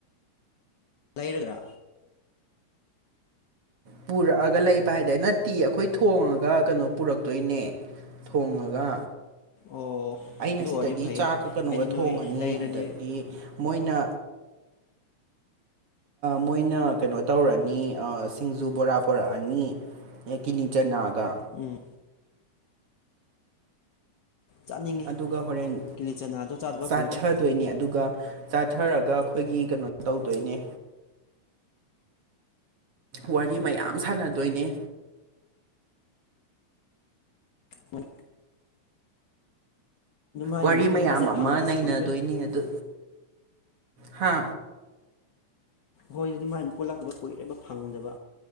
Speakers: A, on the left; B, on the right.
A: ꯂꯩꯔꯒ
B: ꯄꯨꯔꯛꯑꯒ ꯂꯩꯕ ꯍꯥꯏꯗꯤ ꯅꯠꯇꯤꯌꯦ ꯑꯩꯈꯣꯏ ꯊꯣꯡꯉꯒ ꯀꯩꯅꯣ ꯄꯨꯔꯛꯇꯣꯏꯅꯦ ꯊꯣꯡꯉꯒ
A: ꯑꯣ
B: ꯑꯩꯅ
A: ꯑꯗꯨ ꯑꯣꯏꯔꯗꯤ
B: ꯁꯤꯗꯒꯤ
A: ꯐꯩ
B: ꯆꯥꯛꯀ ꯀꯩꯅꯣꯒ
A: ꯑꯩꯗꯤ
B: ꯊꯣꯡꯉꯅꯤ
A: ꯅꯣꯏ ꯂꯩꯔꯅꯤ
B: ꯑꯗꯒꯤ ꯃꯣꯏꯅ ꯃꯣꯏꯅ ꯀꯩꯅꯣ ꯇꯧꯔꯅꯤ ꯁꯤꯡꯖꯨ ꯕꯣꯔꯥ ꯄꯨꯣꯔꯛꯑꯅꯤ ꯑꯦ ꯀꯤꯅꯤꯆꯠ ꯅꯥꯒ
A: ꯎꯝ ꯆꯥꯅꯤꯡꯉꯤ
B: ꯑꯗꯨꯒ ꯍꯣꯔꯦꯟ
A: ꯀꯤꯂꯤ ꯆꯅꯥꯗꯣ ꯆꯥꯗꯕ
B: ꯆꯥꯊꯗꯣꯏꯅꯤ
A: ꯀꯨꯏꯔꯦ
B: ꯑꯗꯨꯒ ꯇꯥꯊꯔꯒ ꯑꯩꯈꯣꯏꯒꯤ ꯀꯩꯅꯣ ꯇꯧꯗꯣꯏꯅꯦ ꯋꯥꯔꯤ ꯃꯌꯥꯝ ꯁꯥꯟꯅꯗꯣꯏꯅꯦ
A: ꯃꯣꯏ ꯍꯥꯏꯅꯒ
B: ꯋꯥꯔꯤ
A: ꯄꯨꯟꯕꯁꯦ
B: ꯃꯌꯥꯝ ꯑꯃ
A: ꯐꯪꯗꯕꯁꯨ
B: ꯅꯩꯅꯗꯣꯏꯅꯦ
A: ꯀꯨꯏꯔꯦ
B: ꯑꯗꯨ ꯍꯥ
A: ꯍꯣꯏ ꯑꯗꯨꯃꯥꯏꯅ ꯄꯣꯠꯂꯥꯛꯇꯕ ꯀꯨꯏꯔꯕ ꯐꯪꯗꯕ